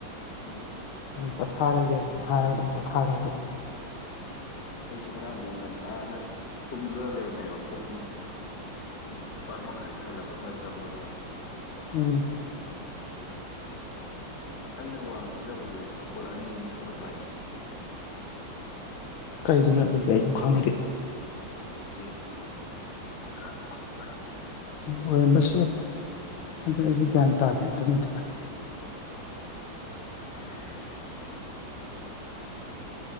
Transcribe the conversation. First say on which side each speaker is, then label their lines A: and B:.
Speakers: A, on the left; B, on the left.
A: ꯎꯝ
B: ꯄꯣꯊꯥꯔꯒꯦꯅ ꯑꯗꯨꯝ ꯍꯥꯏꯔꯒ ꯑꯗꯨꯝ ꯄꯊꯥꯖꯔꯕ
A: ꯑꯩꯁꯨ ꯉꯔꯥꯡꯗꯤ ꯑꯃꯨꯛ ꯉꯟꯇꯥꯅ ꯇꯨꯡꯗ ꯂꯩꯔꯃꯦꯕ ꯄꯨꯡ ꯅꯤꯄꯥꯜ ꯃꯈꯥꯏ ꯈꯔ ꯍꯜꯂꯛꯄ ꯁ꯭ꯋꯥꯏꯗ ꯆꯪꯕꯗꯨꯒ
B: ꯎꯝ
A: ꯑꯩꯅ ꯋꯥ ꯉꯥꯡꯖꯕꯁꯦ ꯃꯈꯣꯜ ꯑꯅꯤ ꯑꯅꯤ ꯊꯣꯛꯅ ꯇꯥꯏ
B: ꯀꯩꯒꯤꯅꯣ ꯑꯗꯨꯗꯤ ꯑꯩꯁꯨ ꯈꯪꯗꯦ
A: ꯅꯦꯠ ꯁꯤ
B: ꯑꯣꯏꯔꯝꯆꯤ ꯑꯣꯢꯔꯝꯕꯁꯨ ꯌꯥꯢ ꯑꯗꯨ ꯑꯩꯁꯨ ꯒ꯭ꯌꯥꯟ ꯇꯥꯗꯦ ꯑꯗꯨꯃꯗꯤ
A: <unintelligible>